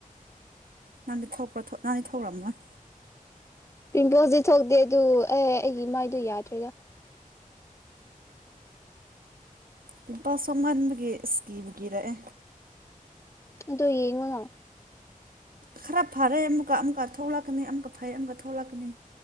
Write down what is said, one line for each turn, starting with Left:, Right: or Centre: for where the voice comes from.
Right: ꯅꯪꯗꯤ ꯊꯣꯛꯄ꯭ꯔꯥ ꯅꯪꯗꯤ ꯊꯣꯛꯔꯛꯑꯝꯒꯣꯏ
Left: ꯄꯤꯝꯄꯜꯁꯗꯤ ꯊꯣꯛꯇꯦ ꯑꯗꯨ ꯑꯦ ꯑꯩꯒꯤ ꯏꯃꯥꯏꯗꯨꯣ ꯌꯥꯗ꯭ꯔꯦꯒ
Right: ꯄꯤꯝꯄꯜ ꯁꯣ ꯉꯟꯕꯒꯤ ꯏꯁꯀꯤꯕꯨ ꯀꯤꯔꯛꯑꯦ
Left: ꯑꯗꯨꯣ ꯌꯦꯡꯉꯨꯅꯣ
Right: ꯈꯔ ꯐꯔꯦ ꯑꯃꯨꯛꯀ ꯑꯃꯨꯛꯀ ꯊꯣꯛꯂꯛ ꯊꯣꯛꯛꯅꯤ ꯑꯃ ꯐꯩ ꯑꯃꯒ ꯊꯣꯛꯂꯛꯀꯅꯤ